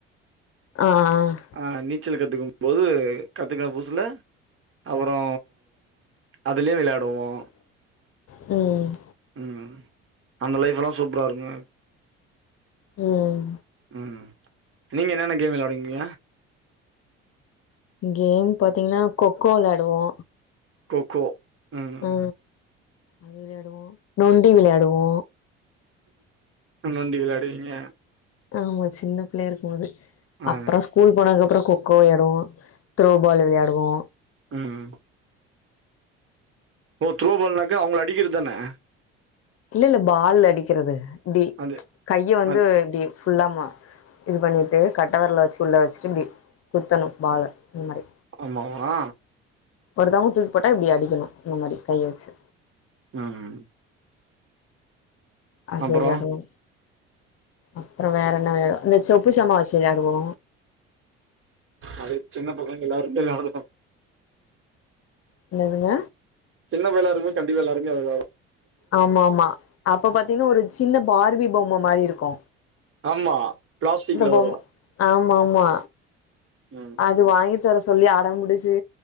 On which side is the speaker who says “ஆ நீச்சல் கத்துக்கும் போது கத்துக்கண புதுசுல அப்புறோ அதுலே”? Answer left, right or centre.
Right